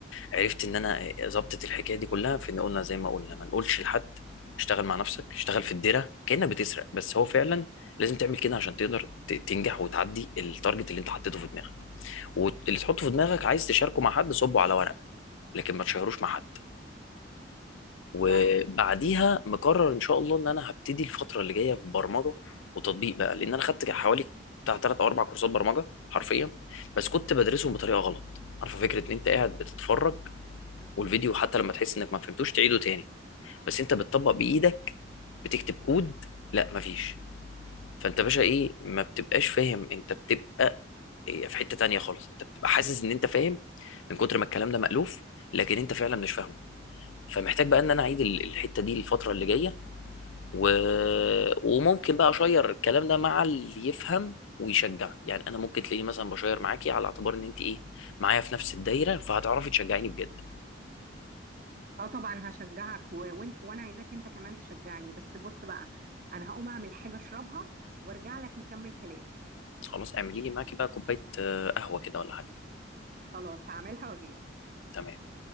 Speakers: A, on the left; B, on the right.
A: عرفت ان انا ظبطت الحكايه دي كلها في ان قلنا زي ما قلنا ما نقولش لحد اشتغل مع نفسك اشتغل في الديره كانك بتسرق بس هو فعلا لازم تعمل كده عشان تقدر ت- تنجح وتعدي التارجت اللي انت حطيته في دماغك واللي تحطه في دماغك عايز تشاركه مع حد صبه على ورق لكن ما تشيروش مع حد وبعديها
B: صح
A: مقرر ان شاء الله ان انا هبتدي الفتره اللي جايه في برمجه وتطبيق بقى لان انا خدت حوالي بتاع ثلاث او اربع كورسات برمجه حرفيا بس كنت بدرسهم بطريقه غلط عارفه فكره ان انت قاعد بتتفرج والفيديو حتى لما تحس انك ما فهمتوش تعيده تاني بس انت بتطبق بايدك بتكتب كود لا مفيش فانت باشا ايه ما بتبقاش فاهم انت بتبقى إيه في حته تانيه خالص انت بتبقى حاسس ان انت فاهم من كتر ما الكلام ده مألوف لكن انت فعلا مش فاهمه فمحتاج بقى ان انا اعيد ال- الحته دي الفتره اللي جايه و... وممكن بقى اشير الكلام ده مع اللي يفهم ويشجع يعني انا ممكن تلاقيني مثلا بشير معاكي على اعتبار ان انت ايه معايا في نفس الدايره فهتعرفي تشجعيني بجد
B: اه طبعا هشجعك و... وانت وانا عايزاك انت كمان تشجعني بس بص بقى انا هقوم اعمل حاجة اشربها وارجع لك نكمل كلام
A: خلاص اعملي لي معاكي بقى كوبايه آه، قهوه كده ولا حاجه
B: خلاص هعملها واجيلك
A: تمام